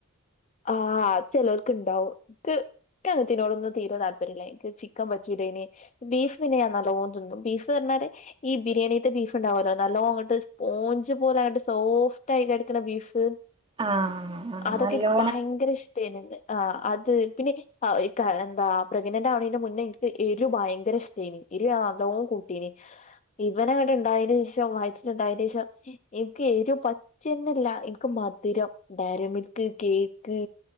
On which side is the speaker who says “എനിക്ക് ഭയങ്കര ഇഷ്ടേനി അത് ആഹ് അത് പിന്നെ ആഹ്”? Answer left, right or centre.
Left